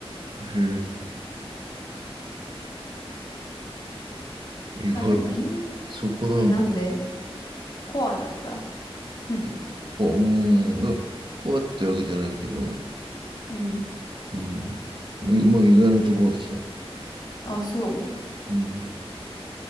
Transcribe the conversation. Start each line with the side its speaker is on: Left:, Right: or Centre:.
Right: へえ、意外。
Left: あ、でもいいん、
Right: そこなんだ。
Left: え、なんでコアだった <laughs>
Right: 結構、うーん、いや、こうやってわけじゃないけど、
Left: うん。
Right: うん。うまあ、意外なとこが来た。
Left: あ、そ
Right: うん。